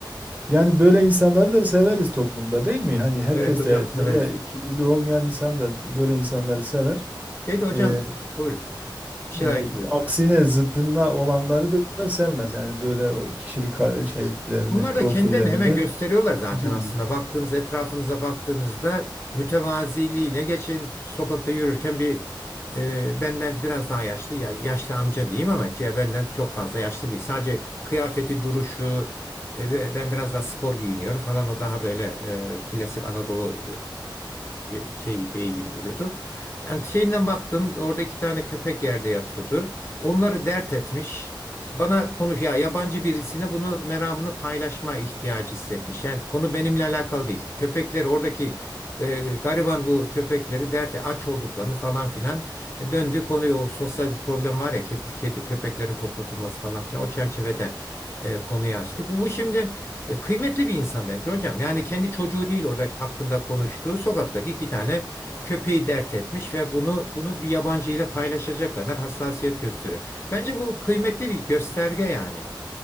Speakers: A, on the right; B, on the left.
A: Yani böyle insanları da severiz toplumda değil mi? Hani herkes
B: Evet hocam
A: de
B: size
A: böyle
B: veririz.
A: kibirli olmayan insan da böyle insanları sever.
B: Şey de hocam
A: Ee,
B: buyurun. Bir şeyler
A: e,
B: ekliyordunuz.
A: aksine zıddında olanları da, da sevmez. Yani böyle o kişilik ka- şeylerini,
B: Bunlar
A: profillerini
B: da kendilerini hemen
A: de
B: gösteriyorlar zaten
A: İtici
B: aslında.
A: bulur.
B: Baktığınız etrafınıza baktığınızda mütevaziliğiyle geçen sokakta yürürken bir e, benden biraz daha yaşlı ya- yaşlı amca diyeyim ama ya benden çok fazla yaşlı değil. Sadece kıyafeti, duruşu e, ve ben biraz daha spor giyiniyorum falan o daha böyle e, klasik Anadolu e, şey beyi gibi duruyordu. Yani şeyinden baktım orada iki tane köpek yerde yatıyordu. Onları dert etmiş. Bana konuş ya yabancı birisine bunu meramını paylaşma ihtiyacı hissetmiş. Yani konu benimle alakalı değil. Köpekleri oradaki e, gariban bu köpekleri derdi aç olduklarını falan filan E, döndü konuyu o sosyal bir problem var ya kedi, kedi köpeklerin toplatılması falan filan o çerçevede e, konuyu açtı. Bu, bu şimdi e, kıymetli bir insan bence hocam. Yani kendi çocuğu değil oradaki hakkında konuştuğu sokaktaki iki tane köpeği dert etmiş ve bunu bunu bir yabancıyla paylaşacak kadar hassasiyet gösteriyor. Bence bu kıymetli bir gösterge yani.